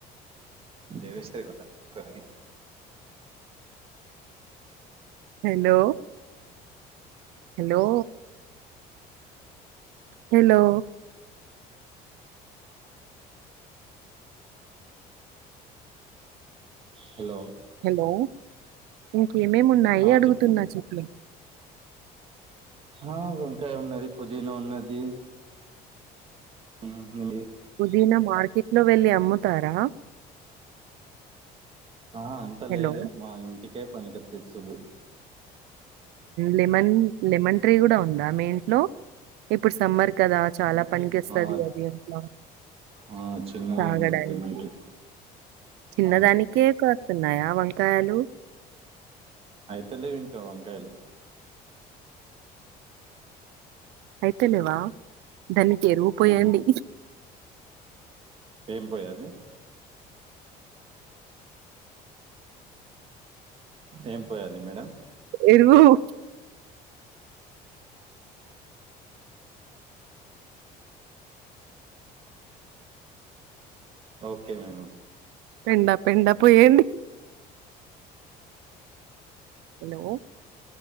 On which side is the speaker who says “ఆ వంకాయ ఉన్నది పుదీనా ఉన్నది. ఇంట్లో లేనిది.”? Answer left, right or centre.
Right